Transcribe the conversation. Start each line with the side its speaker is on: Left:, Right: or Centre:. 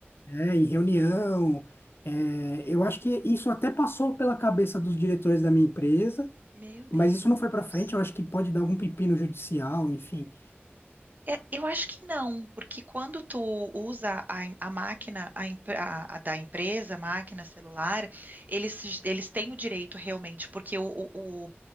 Left: né, em reunião. É, eu acho que isso até passou pela cabeça dos diretores da minha empresa,
Right: meu Deus.
Left: mas isso não foi para frente. Eu acho que pode dar algum pepino judicial, enfim.
Right: É, eu acho que não, porque quando tu usa a, em- a máquina a, em- a- a da empresa, a máquina celular, eles, eles têm o direito realmente, porque o, o- o-